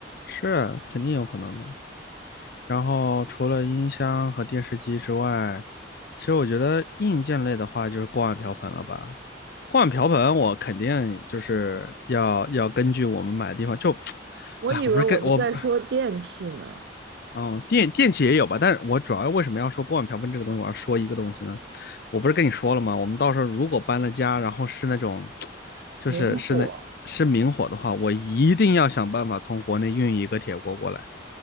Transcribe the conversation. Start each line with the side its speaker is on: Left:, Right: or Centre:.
Left: 是肯定有可能的。然后除了音箱和电视机之外，其实我觉得硬件类的话就是锅碗瓢盆了吧。锅碗瓢盆我肯定就是要要根据我们买的地方就，<tsk>
Right: 我以为我们在说电器呢，
Left: 哎，我不是跟我哦，电电器也有吧，但是我主要为什么要说锅碗瓢盆这个东西，我要说一个东西呢？我不是跟你说了吗？我们到时候如果搬了家，然后是那种，就是是那是明火的话，
Right: 明火。
Left: 我一定要想办法从国内运一个铁锅过来。